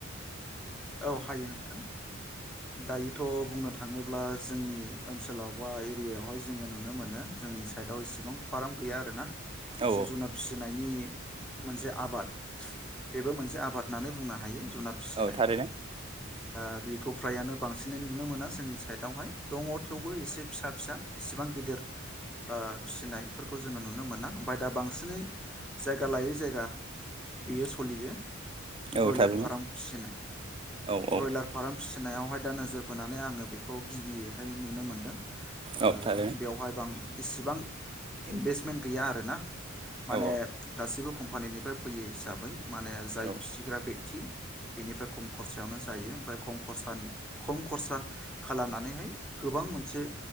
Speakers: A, in the centre; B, on the right.
A: औ हायो नोंथां दायोथ बुंनो थाङोब्ला जोंनि ओनसोलाव बा एरियायावहाय जोङो नुनो मोनो जोंनि साइडआव इसिबां फार्म गैया आरो ना जिब
B: औ
A: जुनार फिसिनायनि मोनसे आबाद बेबो मोनसे आबाद होननानै बुङा हायो जुनार फिसिनाय
B: औ थारैनो
A: ओ बेखौ फ्रायानो बांसिनै नुनो मोनो जोंनि साइदआवहाय दङ थेवबो एसे फिसा फिसा इसिबां गिदिर फिसिनायफोरखौ जोङो नुनो मोना फाय दा बांसिनै जायगा लायै जायगा बेयो सलियो। ब्रयलार
B: औ थारैनो
A: फाराम फिसिनाय
B: औ औ
A: ब्रयलार फाराम फिसि नायावहाय दा नोजोर बोनानै आङो बेखौ गिबियैहाय नुनो मोन्दों। ओ
B: औ थारैनो
A: बेवहाय बां इसिबां इनभेस्टमेन्ट गैया आरो ना। माने
B: औ
A: गासिबो खम फानिनिफ्राय फैयो हिसाबै माने जाय
B: औ
A: बा बेगथि, बेनिफ्राय खम खरसायावनो जायो। ओमफ्राय खम खरसानि खम खरसा खालामनानैहाय गोबां मोनसे